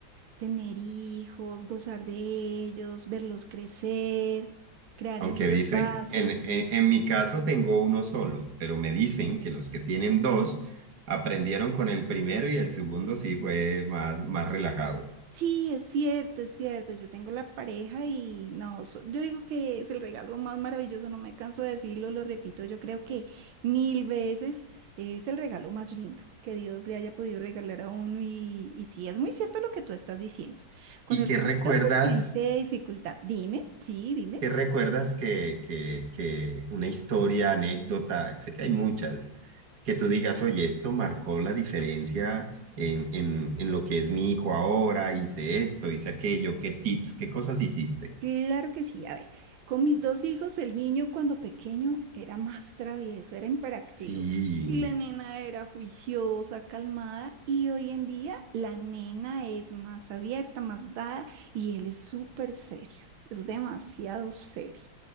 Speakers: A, on the right (about 85°); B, on the right (about 55°).
A: Tener hijos, gozar de ellos, verlos crecer, crear
B: Aunque
A: en ellos
B: dicen,
A: bases.
B: en, en, en mi caso tengo uno solo, pero me dicen que los que tienen dos aprendieron con el primero y el segundo sí fue más, más relajado.
A: Sí, es cierto, es cierto. Yo tengo la pareja y no, so- yo digo que es el regalo más maravilloso, no me canso de decirlo, lo repito, yo creo que mil veces es el regalo más lindo que Dios le haya podido regalar a uno y, y sí, es muy cierto lo que tú estás diciendo. Con
B: ¿Y
A: el
B: qué
A: primero
B: recuerdas?
A: se siente dificultad. Dime, sí, dime.
B: ¿Qué recuerdas que, que, que una historia, anécdota, sé que hay muchas, que tú digas, oye, esto marcó la diferencia en, en, en lo que es mi hijo ahora, hice esto, hice aquello, qué tips, qué cosas hiciste?
A: Claro que sí. A ver, con mis dos hijos, el niño cuando pequeño era más travieso, era imperactivo.
B: Sí.
A: Y la nena era juiciosa, calmada. Y hoy en día la nena es más abierta, más dada. Y él es súper serio. Es demasiado serio.